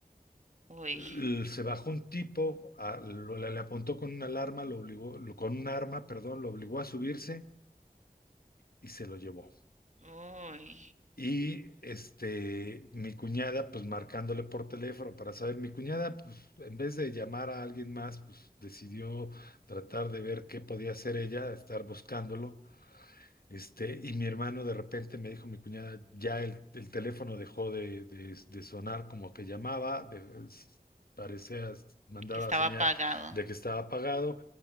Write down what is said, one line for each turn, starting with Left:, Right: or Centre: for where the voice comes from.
Right: Uy,
Left: l- se bajó un tipo, a- lo- le, le apuntó con una alarma, lo obligó, lo- con un arma, perdón, lo obligó a subirse y se lo llevó.
Right: uy,
Left: Y este, mi cuñada, pues marcándole por teléfono para saber, mi cuñada, pues en vez de llamar a alguien más, pues decidió tratar de ver qué podía hacer ella, estar buscándolo. Este, y mi hermano de repente me dijo, mi cuñada, ya el, el teléfono dejó de, de- de sonar como que llamaba, de- es- parecía, mandaba
Right: que estaba
Left: señal
Right: pagado.
Left: de que estaba apagado,